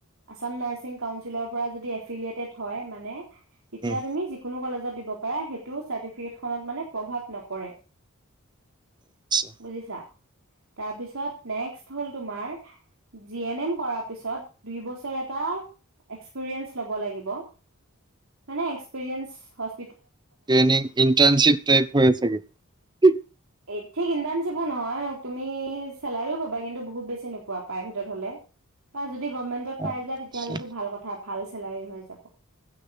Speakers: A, on the right (about 75°); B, on the right (about 20°).
A: আছাম নাৰ্ছিং কাউন্সিলৰ পৰা যদি এফিলিয়েটেড হয় মানে তেতিয়া
B: উম,
A: তুমি যিকোনো কলেজত দিব পাৰা, হেইটো চাৰ্টিফিকেট খনত মানে প্ৰভাৱ নপৰে,
B: আচ্ছা
A: বুজিছা? তাৰপিছত নেক্সট হ'ল তোমাৰ জি এন এম কৰা পিছত, দুইবছৰ এটা এক্সপেৰিয়েন্স ল'ব লাগিব, মানে এক্সপেৰিয়েন্স হচ
B: ট্ৰেইনিং, ইণ্টাৰ্নশ্বিপ ট্ৰেক হয় চাগে।
A: এই, ঠিক ইণ্টাৰ্ণশ্বিপো নহয়, তুমি চেলাৰিও পাবা, কিন্তু বহুত বেছি নোপোৱা প্ৰাইভেটত হ'লে। পাজ যদি গভৰ্ণমেণ্টত পাই
B: আচ্ছা
A: যোৱা তেতিয়াহ'লেটো ভাল কথা। ভাল চেলাৰী হৈ যাব